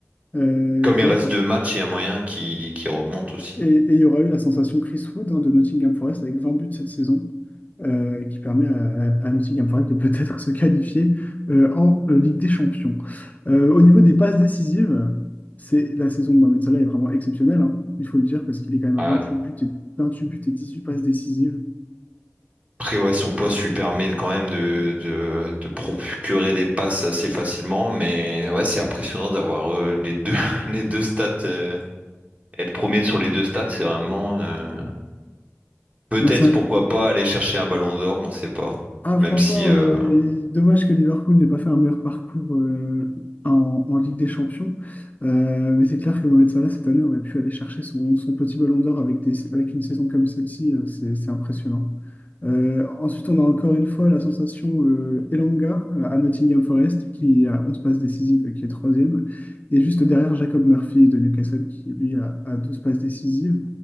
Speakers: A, on the left (about 35°); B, on the right (about 30°).
A: Euh,
B: Comme
A: d'ailleurs,
B: il reste deux matchs, il y a moyen qui qui remonte aussi.
A: et, et il y aura eu la sensation Chris Wood hein, de Nottingham Forest avec 20 buts cette saison, euh, qui permet à, à- à Nottingham Forest de peut-être <laughs> se qualifier euh, en euh, Ligue des Champions. Euh, au niveau des passes décisives, c'est la saison de Mohamed Salah est vraiment exceptionnelle, hein, il faut le dire, parce qu'il est quand même
B: Ah,
A: à 28 buts et, 28 buts et 18 passes décisives.
B: Après, ouais, son poste lui permet quand même de, de, de procurer des passes assez facilement, mais ouais, c'est impressionnant d'avoir euh, les deux, <laughs> les deux stats. euh, être premier sur les deux stats, c'est vraiment euh, peut-être
A: Là, ça-
B: pourquoi pas aller chercher un ballon d'or, on sait pas.
A: Ah, franchement,
B: Même si euh,
A: euh, il- dommage que Liverpool n'ait pas fait un meilleur parcours euh, en, en Ligue des Champions. Euh, mais c'est clair que Mohamed Salah, cette année, aurait pu aller chercher son, son petit ballon d'or avec des, avec une saison comme celle-ci. euh, c'est, c'est impressionnant. Euh, ensuite, on a encore une fois la sensation euh, Elanga euh, à Nottingham Forest, qui a 11 passes décisives et qui est troisième. Et juste derrière, Jacob Murphy de Newcastle, qui lui a, a 12 passes décisives.